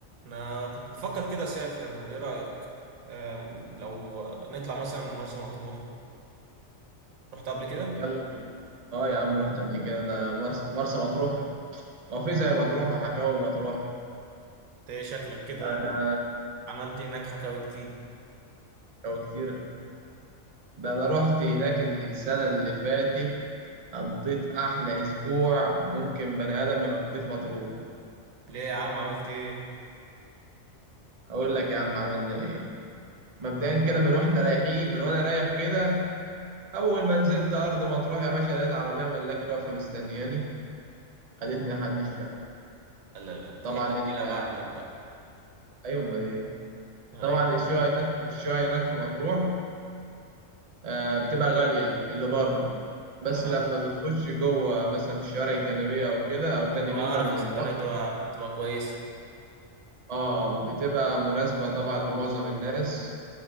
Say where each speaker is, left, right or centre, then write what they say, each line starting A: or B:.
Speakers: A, on the right; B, on the right.
A: انا كنت بفكر كده اسافر ايه رايك آم، لو نطلع مثلا مرسى مطروح رحت قبل كده انت
B: يلا بينا اه يا عم رحت قبل كده ده مرس- مرسى مطروح هو في زي مطروح وحكاوي مطروح
A: ايه شكلك كده
B: انا
A: عملت إيه هناك حكاوي كتير
B: او كتير ده انا رحت هناك السنة اللي فاتت قضيت احلى اسبوع ممكن بني ادم يقضيه في مطروح
A: ليه يا عم عملت ايه
B: اقول لك يا عم عملنا ايه مبدئيا كده من واحنا رايحين من وانا رايح كده اول ما نزلت ارض مطروح يا باشا لقيت عربية ملاكي واقفة مستنياني خدتني لحد الشقة
A: لا لا لا، انت
B: طبعا
A: حته
B: ال...
A: تقيله بقى هناك بقى
B: ايوه امال ايه
A: ايوه
B: طبعا الشقة هناك الشقة هناك في مطروح آه، بتبقى غالية اللي بره بس
A: آه،
B: لما بتخش جوه مثلا في الشوارع الجانبية أو كده أو تاني
A: تبقى
B: نمرة
A: ارخص
B: من البحر
A: الدنيا تبقى تبقى كويسه
B: اه بتبقى مناسبة طبعا لمعظم الناس